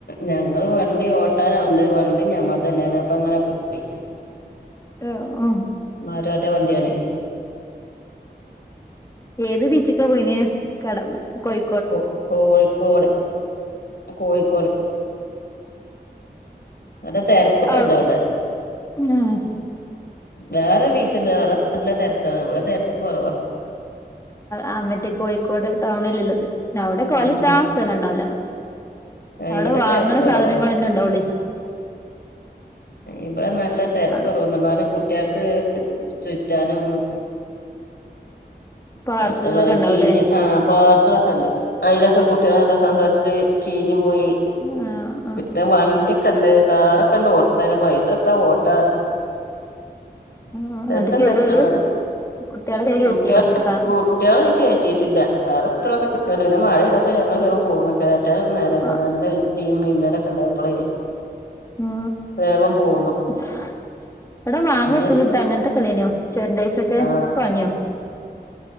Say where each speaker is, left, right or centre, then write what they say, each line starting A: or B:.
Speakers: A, on the left; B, on the left.
A: ഞങ്ങൾ വണ്ടി ഓട്ടന് ആളുണ്ട് വണ്ടി ഞമ്മൾ തന്നെയാണ് അപ്പോ ഞങ്ങൾ പോയി
B: ആ
A: മരുമോന്റെ വണ്ടിയാണ്
B: ഏത് ബീച്ചൊക്കെ പോയിന് കട കോയി
A: കോ കോഴിക്കോട് കോഴിക്കോട് നല്ല തിരക്കൊന്നുല്ല
B: ആ
A: അവിടെ
B: മം
A: വേറെൊരു ബീച്ചണ്ട് അവടെനല്ല തിരക്കാണ് ഇവിടെ തിരക്ക് കുറവാ
B: ആ മറ്റേ കോഴിക്കോട് ടൗണിൽള്ളത് അവിടെക്കെ
A: ഉം
B: വലുത്ത
A: ഉം
B: സ്ഥലംണ്ടാവല
A: ഏഹ്
B: അവിടെ
A: ഇവിടെ
B: വാങ്ങണ
A: തിരക്ക് കുറവാ
B: സാധനങ്ങൾന്നെ ഉണ്ടാവൊള്ള
A: ഇവിടെ നല്ല തിരക്കുറവുണ്ട്
B: അവിടെ
A: എന്നാലും കുട്ടികൾക്ക് ചുറ്റാനും
B: പാർക്കുകളൊക്കെ
A: എത്താ പറയാകീഞ്ഞഞ്
B: ഉണ്ടാവുംല്ലേ
A: ആ പാർക്കുകളൊക്കെ ഉണ്ട് അതിലൊക്കെ കുട്ടികൾ നല്ല സന്തോഷത്തി് കിഴഞ്ഞു പോയി
B: ആ ആ
A: പിന്ന വണ്ടിൊക്കെ ഉണ്ട് കാറൊക്കെ ഉണ്ട് ഓട്ടന് പൈസ എടുത്താ ഓട്ട
B: ആ
A: രസണ്ട്
B: എന്നിട്ട് കേറിയോആയില്
A: കാണാന്
B: കുട്ടികളെ കയറ്റിയോ
A: കുട്ടികൾ
B: കാറില്
A: കുട്ടികളെ കയറ്റിട്ടില്ല വേറെ കുട്ടികളൊക്കെ കേറു പിന്നെ മഴയ്തപ്പോ ഞങ്ങൾവേഗംപോകന്ന കേ നേരല്ലോ
B: ആ
A: നല്ല ഇടി മിന്നലൊക്കെ ഉണ്ടായപ്പോളേ
B: മ്
A: വേഗം പോന്നു
B: <inaudible> അവിട മാങ്ങ
A: ഇനി
B: ഉപ്പില
A: ഒരീസം
B: ഇട്ടാ അങ്ങനത്തെക്ക ഇല്ലേനി ചെരണ്ടി ഐസ് ഒക്കെ
A: ആ
B: അതൊക്കെ വാങ്ങിയോ?